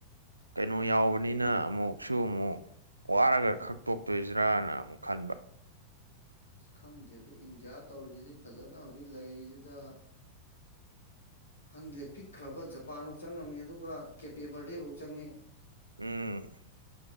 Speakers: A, on the right; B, on the left.
A: ꯀꯩꯅꯣ ꯌꯥꯎꯕꯅꯤꯅ
B: ꯎꯝ
A: ꯑꯃꯨꯛ ꯁꯨ ꯑꯃꯨꯛ ꯋꯥꯔꯒ ꯈꯛ ꯇꯣꯛꯇꯣꯏꯖꯤꯔꯥꯅ ꯑꯃꯨꯛ ꯈꯟꯕ
B: ꯑꯁ ꯈꯪꯗꯦꯗ ꯏꯟꯗꯤꯌꯥ ꯇꯧꯔꯤꯁꯤꯗꯤ ꯐꯖꯅ ꯍꯧꯖꯤꯛ ꯂꯩꯔꯤꯁꯤꯗ ꯈꯪꯗꯦ ꯄꯤꯛꯈ꯭ꯔꯕ ꯖꯄꯥꯟꯐꯧ ꯆꯪ ꯉꯝꯃꯤ ꯑꯗꯨꯒ ꯀꯦꯄꯦ ꯕꯔꯗꯦꯐꯧ ꯆꯪꯉꯤ
A: ꯎꯝ